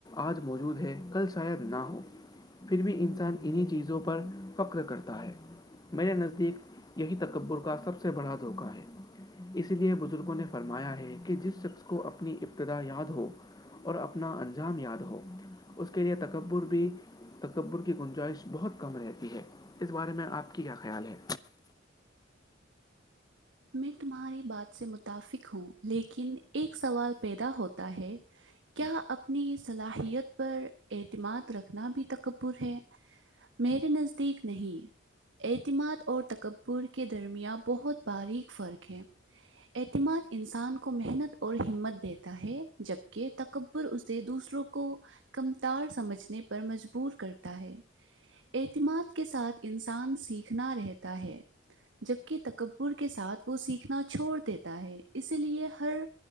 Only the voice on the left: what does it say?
آج موجود ہے کل شاید نہ ہوں پھر بھی انسان انہیں چیزوں پر فخر کرتا ہے میرے نزدیک یہی تکبر کا سب سے بڑا دھوکہ ہے اس لیے بزرگوں نے فرمایا ہے کہ جس شخص کو اپنی ابتدا یاد ہو اور اپنا انجام یاد ہو اس کے لیے تکبر بھی تکبر کی گنجائش بہت کم رہتی ہے اس بارے میں آپ کی کیا خیال ہے